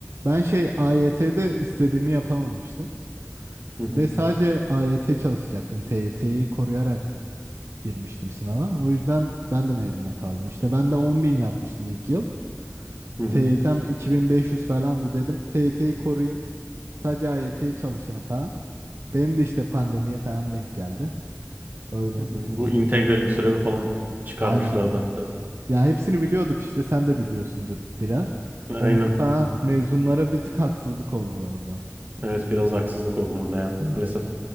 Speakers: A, on the right (about 65°); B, on the right (about 40°).
A: Ben şey AYT'de istediğimi yapamamıştım.
B: Hı hı,
A: Ve sadece AYT çalışacaktım. TYT'yi koruyarak girmiştim sınava. O yüzden ben de mezuna kaldım. İşte ben de on bin yapmıştım ilk yıl.
B: hı hı,
A: TYT'm 2500 falandı dedim. TYT'yi koruyayım. Sadece AYT'yi çalışırım falan. Benim de işte pandemiye falan denk geldi. Öyle.
B: hı hı. Bu integrali
A: Çalış.
B: türevi falan çıkarmışlardı
A: Aynen.
B: hatta.
A: Ya hepsini biliyorduk işte sen de biliyorsundur biraz.
B: Aynen.
A: Onları falan
B: Hı hı.
A: mezunlara bir tık haksızlık oldu orada.
B: Evet biraz haksızlık oldu orada ya maalesef.